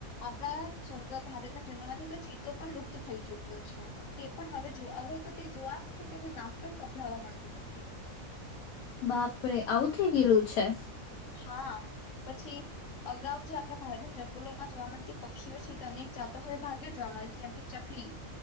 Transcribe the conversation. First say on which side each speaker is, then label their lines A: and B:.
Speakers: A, on the left; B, on the left.
A: આપણા જંગલ ભારતના જંગલમાંથી તો ચિત્તો પણ લુપ્ત થઈ ચુક્યો છે તે પણ હવે જો હવે તો તે જોવા શું તેમનું નામ પણ સંભળાવવા મળતું નથી
B: બાપરે આવું થઇ ગયેલું છે
A: હા પછી અગાઉ જે આપણા ભારતના જંગલોમાં જોવા મળતી પક્ષીઓ છે તે અનેક જાતો હવે ભાગ્યે જોવા મળે છે જેમ કે ચકલી